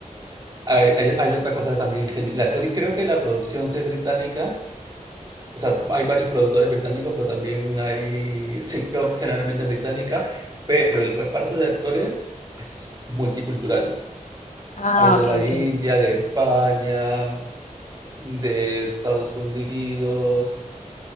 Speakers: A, on the right (about 30°); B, on the left (about 70°).
A: Hay, hay- hay otra cosa también geni- La serie, creo que la producción sí es británica. O sea, hay varios productores británicos, pero también hay, sí, creo que generalmente es británica, pero el reparto de actores es multicultural.
B: Ah,
A: Hay de
B: ok,
A: la India,
B: ok.
A: de España, de Estados Unidos,